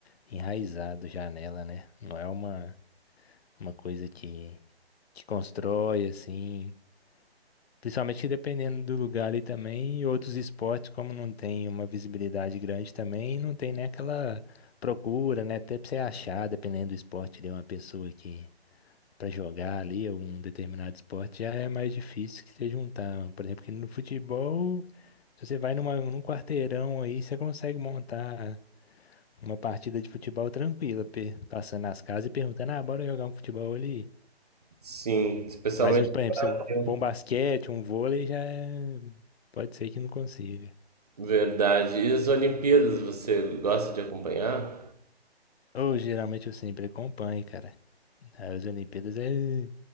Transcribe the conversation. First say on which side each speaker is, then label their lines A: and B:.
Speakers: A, on the left (about 70°); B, on the right (about 40°).
A: enraizado já nela, né? Não é uma, uma coisa que, que constrói, assim. Principalmente dependendo do lugar ali também, e outros esportes, como não tem uma visibilidade grande também, não tem nem aquela procura, né? Até pra você achar, dependendo do esporte, de uma pessoa que pra jogar ali, ou um determinado esporte, já é mais difícil que você juntar. Por exemplo, que no futebol. Se você vai numa, num quarteirão aí, você consegue montar uma partida de futebol tranquila, pe- passando nas casas e perguntando, ah, bora jogar um futebol ali.
B: Sim, especialmente
A: Mas, um, por
B: no
A: exemplo,
B: Brasil.
A: se for um basquete, um vôlei, já é- pode ser que não consiga.
B: Verdade. E as Olimpíadas, você gosta de acompanhar?
A: Ou geralmente eu sempre acompanho, cara. As Olimpíadas é,